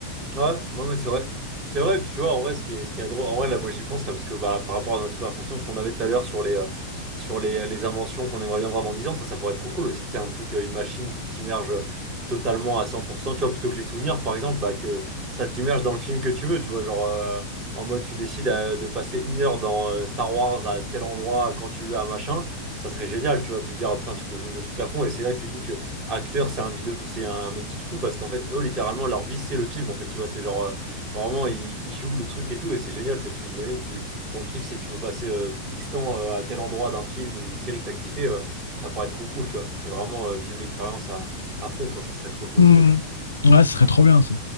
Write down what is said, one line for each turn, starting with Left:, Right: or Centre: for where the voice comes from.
Right: Ouais, non mais c'est vrai. C'est vrai, et puis tu vois, en vrai, ce qui est, ce qui est drôle, en vrai, là, moi j'y pense, là, parce que bah, par rapport à notre conversation qu'on avait tout à l'heure sur les, euh, sur les, euh, les inventions qu'on aimerait bien voir dans 10 ans, ça, ça pourrait être trop cool aussi, tu sais, un truc, euh, une machine qui t'immerge euh, totalement à 100%, tu vois, plutôt que les souvenirs, par exemple, bah, que ça t'immerge dans le film que tu veux, tu vois, genre, euh, en mode, tu décides euh, de passer une heure dans euh, Star Wars à tel endroit, quand tu veux, à machin, ça serait génial, tu vois, te dire, ah, putain, tu peux vivre le truc à fond, et c'est là que tu dis que acteur, c'est un vidéo, c'est un métier de fou parce qu'en fait, eux, littéralement, leur vie, c'est le film. En fait, tu vois, c'est genre euh, vraiment, ils, ils jouent le truc et tout, et c'est génial. Tu vois, tu imagines, tu, ton kiff, c'est tu veux passer euh, X temps euh, à tel endroit d'un film ou d'une série que t'as kiffé, euh, ça paraît trop cool, tu vois. Ça, c'est vraiment euh, vivre l'expérience à, à fond, quoi. Ça serait trop, trop
Left: Hmm.
Right: stylé, quoi.
Left: Ouais, ce serait trop bien ça.